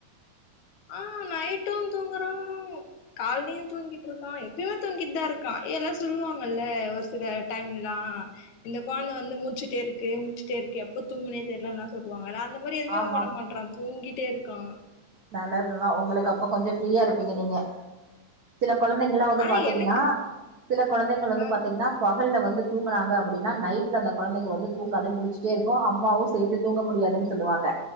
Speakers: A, on the left; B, on the right.
A: ஆ நைட்டு தூங்குறா கால்லியு தூங்கிட்ருக்கா எப்பிமே தூங்கிட்தா இருக்கா எல்லா சொல்லுவாங்கல்ல ஒரு சில டைம்லா இந்த கொழந்த வந்து மூச்சிட்டே இருக்கு மூச்சிட்டே இருக்கு எப்ப தூங்குனே தெர்லன்லா சொல்லுவாங்கல அந்த மா அது மாரி எதுமே
B: ஆமா
A: அவே பண்ண மாட்றா தூங்கிட்டே இருக்கா
B: நல்லதுதா உங்குளுக்கு அப்ப கொஞ்சோ ஃப்ரீயா இருப்பீங்க நீங்க சில கொழந்தைங்ளா வந்து
A: ஆனா
B: பாத்தீங்னா
A: எனக்கு
B: சில கொழந்திங்கள் வந்து
A: ஆ
B: பாத்தீங்னா பகல்ல வந்து தூங்குனாங்க அப்டின்னா நைட்ல அந்த கொழந்தங்க வந்து தூங்காது முழுச்சிட்டே இருக்கு அம்மாவு சேந்து தூங்க முடியாதுன் சொல்லுவாக